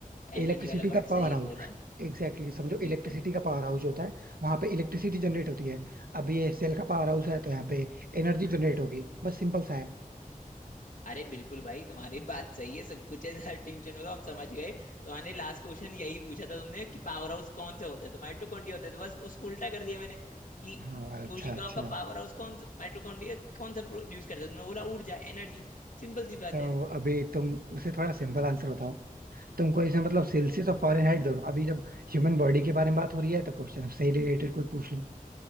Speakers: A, on the right (about 90°); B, on the left (about 60°).
A: इलेक्ट्रिसिटी
B: एनर्जी वाला
A: का
B: वर्ड
A: पावर
B: सही
A: हाउस
B: बोला
A: एग्जैक्टली exactly, समझो
B: बिल्कुल
A: इलेक्ट्रिसिटी का पावर हाउस होता है वहां पे इलेक्ट्रिसिटी जनरेट होती है अब ये सेल का पावर हाउस है तो यहाँ पे एनर्जी जनरेट होगी बस सिंपल सा है
B: अरे बिल्कुल भाई तुम्हारी बात सही है सब कुछ है ज्यादा टेंशन हो तो हम समझ गए तुम्हारे लास्ट क्वेश्चन यही पूछा था तुमने कि पावर हाउस कौन से होते हैं तो माइटोकॉन्ड्रिया होते हैं तो बस उसको उल्टा कर दिया मैंने कि
A: हाँ अच्छा
B: कोशिकाओं
A: अच्छा
B: का पावर हाउस कौन सा माइटोकॉन्ड्रिया कौन सा प्रोड्यूस करता है तो तुमने बोला ऊर्जा एनर्जी सिंपल सी बात
A: तो
B: है
A: अभी तुम उसे थोड़ा सिंपल आंसर बताओ तुमको इसमें मतलब सेल्सियस और फॉरेनहाइट दोनों अभी जब ह्यूमन बॉडी के बारे में बात हो रही है तो क्वेश्चन से रिलेटेड कोई पूछ लूं